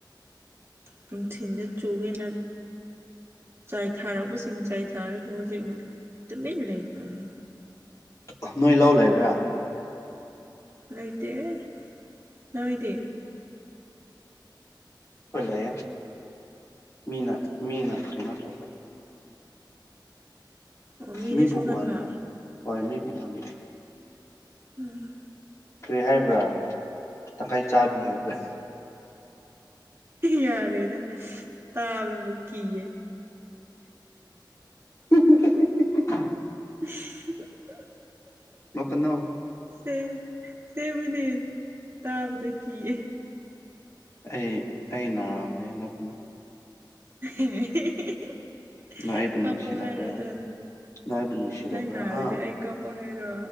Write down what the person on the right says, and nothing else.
ꯅꯨꯡꯊꯤꯟꯗ ꯆꯨꯒꯦ ꯅꯪ ꯆꯥꯏꯊꯔꯛꯄꯁꯤꯡ ꯆꯥꯏꯊꯔꯒ ꯍꯧꯖꯤꯛꯅ ꯇꯨꯃꯤꯟ ꯂꯩꯈ꯭ꯔꯕꯅꯤ
ꯂꯩꯇꯦꯍꯦ ꯅꯣꯏꯗꯤ
ꯑꯣ ꯃꯤꯗ
ꯁꯨꯍꯟꯕ
ꯎꯝ
ꯌꯥꯔꯦꯗ ꯇꯥꯕꯗꯕꯣ ꯀꯤꯌꯦ
<unintelligible>
ꯁꯦ ꯁꯦꯡꯕꯅꯤ ꯇꯥꯕꯗ ꯀꯤꯌꯦ
<unintelligible>
ꯀꯞꯄꯣ ꯍꯥꯏꯔꯣꯗꯣ
ꯅꯪ ꯅꯥꯔꯗꯤ
ꯑꯩ ꯀꯞꯄꯣ ꯍꯥꯏꯔꯣ